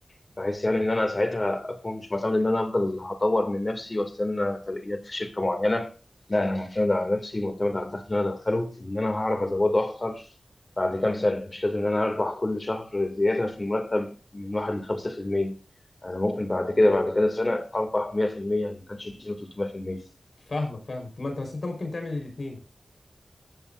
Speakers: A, on the left (about 40°); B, on the left (about 65°).
A: بحيث يعني إن أنا ساعتها أكون مش معتمد إن أنا أفضل هطور من نفسي وأستنى ترقيات في شركة معينة، لا أنا معتمد على نفسي، معتمد على الدخل اللي أنا أدخله، إن أنا هعرف أزوده أكتر بعد كام سنة، مش لازم إن أنا أربح كل شهر زيادة في المرتب من واحد لخمسة في المية، أنا ممكن بعد كده بعد كده سنة أربح 100% ما كانش 200 و300%،
B: فاهمك فاهمك ما انت بس انت ممكن تعمل الاثنين